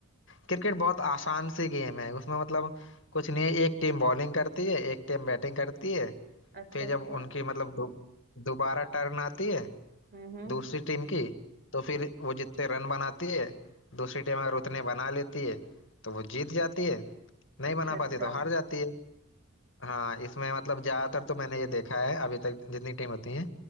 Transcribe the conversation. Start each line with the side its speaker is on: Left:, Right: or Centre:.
Left: क्रिकेट बहुत आसान सी गेम है उसमें मतलब कुछ नहीं है एक टीम बॉलिंग करती है एक टीम बैटिंग करती है
Right: अच्छा
Left: फिर
Right: अच्छा
Left: जब उनकी मतलब दो- दोबारा टर्न आती है
Right: हम्म हम्म
Left: दूसरी टीम की तो फिर वो जितने रन बनाती है दूसरी टीम अगर उतने बना लेती है तो वो जीत जाती है नहीं
Right: अच्छा
Left: बना
Right: अच्छा
Left: पाती तो हार जाती है हाँ इसमें मतलब ज्यादातर तो मैंने ये देखा है अभी तक जितनी टीम होती है